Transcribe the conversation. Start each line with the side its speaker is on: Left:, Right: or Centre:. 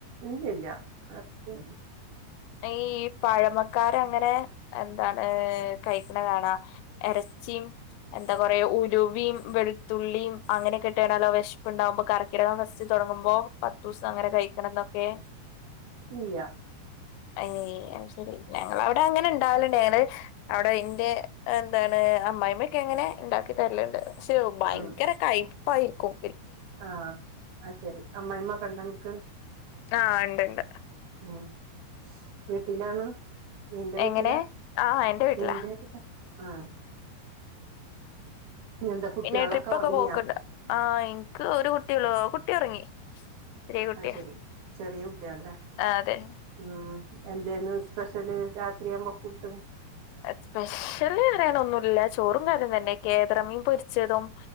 Right: ഇല്ലല്ലാ ഇറച്ചി
Left: ഈ പഴമക്കാരങ്ങനെ എന്താണ് കഴിക്കണ കാണാ ഇറച്ചിയും എന്താ പറയാ ഉലുവയും വെളുത്തുള്ളിയും അങ്ങനൊക്കെയിട്ടാണല്ലോ വിശപ്പ് ഉണ്ടാകുമ്പോ കറക് കർക്കിടകം ഫസ്റ്റ് തുടങ്ങുമ്പോ പത്ത് ദിവസം അങ്ങനെ കഴിക്കണം എന്നൊക്കെ
Right: ഇല്ല്യ
Left: അത് ശെരി ഞങ്ങളെ അവിടെ അങ്ങനെ ഉണ്ടാവലുണ്ട് ഞങ്ങള് അവിടെ അന്റെ എന്താണ് അമ്മായിമ്മ ഒക്കെ അങ്ങനെ ഉണ്ടാക്കി തരലുണ്ട് പക്ഷെ ഭയങ്കര
Right: ഉം
Left: കയ്പായിരിക്കും
Right: ആഹ് അത് ശെരി അമ്മായിമ്മ ഒക്കെ ഉണ്ടോ നിനക്ക്
Left: ആഹ് ഒണ്ടണ്ട്
Right: ഉം വീട്ടിലാണ് നിന്റെ വീട്ടിലാ
Left: എങ്ങനെ ആഹ് എന്റെ വീട്ടിലാ
Right: നിന്റെ ആഹ് ഇന്ന് എന്താ കുട്ടികളൊക്കെ
Left: പിന്നെ ട്രിപ്പൊക്കെ
Right: ഉറങ്ങിയാ
Left: പോക്ക്ണ്ട് ആഹ് എനിക്ക് ഒരു കുട്ടിയേള്ളൂ കുട്ടി ഉറങ്ങി ശ്രീകുട്ടിയാ
Right: അത് ശരി ചെറിയ കുട്ടികളല്ലേ
Left: ആഹ് അതെ
Right: ഉം എന്തേന്ന് സ്പെഷ്യല് രാത്രിയാവുമ്പോ ഫുഡ്ഡും
Left: സ്പെഷ്യല് പറിയാനൊന്നുമില്ല ചോറും കറിയും തന്നെ കേദറമീൻ പൊരിച്ചതും